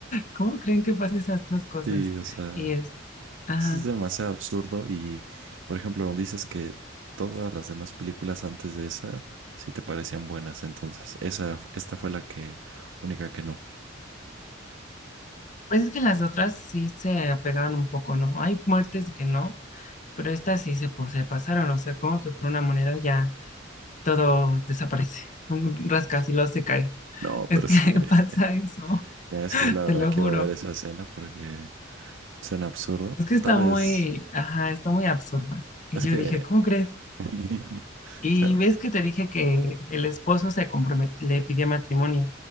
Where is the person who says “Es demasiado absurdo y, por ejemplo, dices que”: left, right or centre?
Right